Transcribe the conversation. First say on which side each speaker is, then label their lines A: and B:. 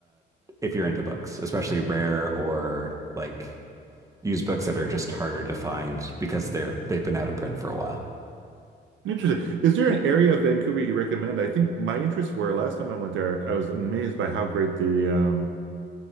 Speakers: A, on the right; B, on the right.
A: if you're into books, especially rare or like used books that are just harder to find because they're they've been out of print for a while.
B: Interesting. Is there an area of Vancouver you recommend? I think my interests were last time I went there, I was amazed by how great the um,